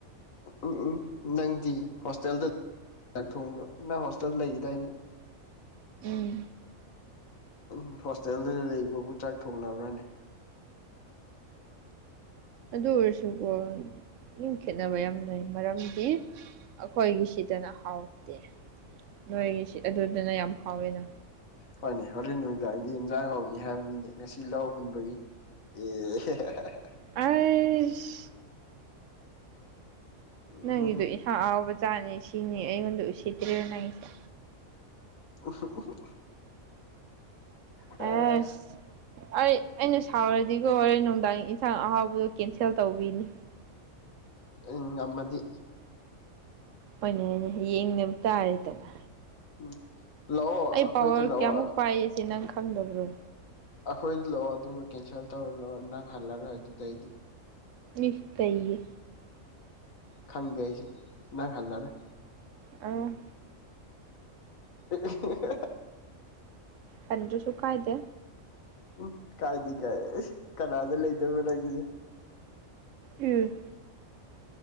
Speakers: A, on the left; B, on the right.
A: ꯎꯝ ꯎꯝ ꯅꯪꯗꯤ ꯍꯣꯁꯇꯦꯜꯗ ꯊꯣꯡꯕ꯭ꯔꯣ ꯅꯪ ꯍꯣꯁꯇꯦꯜ ꯂꯩꯒꯗꯥꯏꯅꯦ
B: ꯎꯝ
A: ꯎꯝ ꯍꯣꯁꯇꯦꯜꯗꯨꯗ ꯂꯩꯕꯕꯨ ꯆꯥꯛ ꯊꯣꯡꯅꯕ꯭ꯔꯅꯦ
B: ꯑꯗꯨ ꯑꯣꯏꯔꯁꯨꯀꯣ ꯌꯨꯝ ꯈꯦꯠꯅꯕ ꯌꯥꯝ ꯂꯩ ꯃꯔꯝꯗꯤ ꯑꯩꯈꯣꯏꯒꯤ ꯁꯤꯗꯅ ꯍꯥꯎꯇꯦ ꯅꯣꯏꯒꯤꯁꯤ ꯑꯗꯨꯗꯅ ꯌꯥꯝ ꯍꯥꯎꯋꯦꯅ
A: ꯐꯅꯤ ꯍꯣꯔꯦꯟ ꯅꯨꯃꯤꯗꯥꯡꯗꯤ ꯏꯟꯖꯥꯡ ꯍꯧꯅꯤ ꯍꯥꯏꯕꯅꯤꯅꯦ ꯉꯁꯤ ꯂꯧ ꯍꯨꯟꯕꯒꯤ ꯑꯦ
B: <unintelligible>
A: ꯎꯝ
B: ꯅꯪꯒꯤꯗꯣ ꯏꯟꯥ ꯑꯔꯥꯎꯕ ꯆꯥꯅꯤ ꯁꯤꯅꯤ ꯑꯩꯉꯣꯟꯗ ꯎꯁꯤꯠꯇ꯭ꯦꯔꯤꯕ ꯅꯪꯒꯤꯁꯦ
A: <unintelligible>
B: ꯑꯁ
A: ꯑꯥ
B: ꯑꯩ ꯑꯩꯅ ꯁꯥꯎꯔꯗꯤꯒꯣ ꯍꯣꯔꯦꯟ ꯅꯨꯡꯗꯥꯡ ꯏꯟꯁꯥꯡ ꯑꯍꯥꯎꯕꯗꯣ ꯀꯦꯟꯁꯦꯜ ꯇꯧꯕꯤꯅꯤ <inaudible>
A: ꯎꯝ ꯉꯃꯗꯤ
B: ꯍꯅꯦ ꯌꯦꯡꯅꯕ ꯇꯥꯔꯦꯗꯅ
A: ꯎꯝ ꯂꯥꯛꯑꯣ ꯑꯩꯈꯣꯏꯗ
B: ꯑꯩ ꯄꯋꯥꯔ
A: ꯂꯥꯛꯑꯣ
B: ꯀꯌꯥꯃꯨꯛ ꯄꯥꯏ ꯁꯤ ꯅꯪ ꯈꯪꯗꯕ꯭ꯔꯣ
A: ꯑꯩꯈꯣꯏꯗ ꯂꯥꯛꯑꯣ ꯑꯗꯨꯒ ꯀꯦꯟꯁꯦꯜ ꯇꯧꯔꯨ ꯂꯥꯛꯑꯣ ꯅꯪ ꯍꯜꯂꯔꯣꯏ ꯑꯗꯨꯗꯩꯗꯤ
B: ꯏ ꯀꯩꯒꯤ
A: ꯈꯪꯗꯦ ꯑꯩꯁꯨ ꯅꯪ ꯍꯜꯂꯔꯣꯏ
B: ꯑ
A: <unintelligible>
B: ꯀꯟꯗ‍꯭ꯔꯁꯨ ꯀꯥꯏꯗꯦ
A: ꯎꯝ ꯀꯥꯏꯗꯦ ꯀꯥꯏ ꯀꯅꯥꯗ ꯂꯩꯗꯣꯏꯕ ꯅꯪꯗꯤ
B: ꯎꯝ